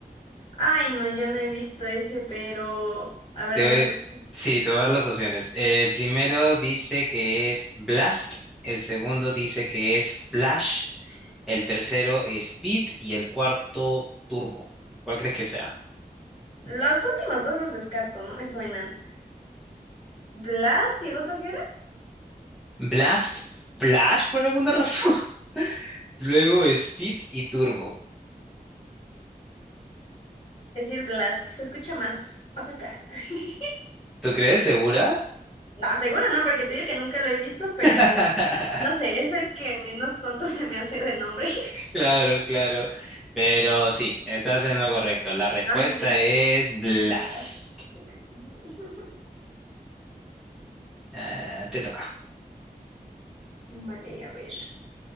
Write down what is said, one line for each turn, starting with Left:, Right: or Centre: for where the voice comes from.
Left: Ay, no, yo no he visto ese, pero... A ver,
Centre: Te
Left: dame
Centre: voy-
Left: las opciones.
Centre: sí, te voy a dar las opciones. El primero dice que es Blast, el segundo dice que es Flash, el tercero es Speed y el cuarto Turbo. ¿Cuál crees que sea?
Left: Los últimos dos los descarto, no me suenan. Blast y el otro qué era?
Centre: Blast, Flash por alguna razón. <laughs> Luego Speed y Turbo.
Left: Decir Blast, se escucha más, más acá. <laughs>
Centre: ¿Tú crees? ¿Segura?
Left: No, seguro no, porque te digo que nunca lo he visto, pero
Centre: <laughs>
Left: no sé, es el que menos tonto <laughs> se me hace de nombre. <laughs>
Centre: Claro, claro. Pero sí, estás en lo correcto. La respuesta
Left: Ah, mira.
Centre: es Blast.
Left: las- <laughs>
Centre: Ah, te toca.
Left: Vale, a ver.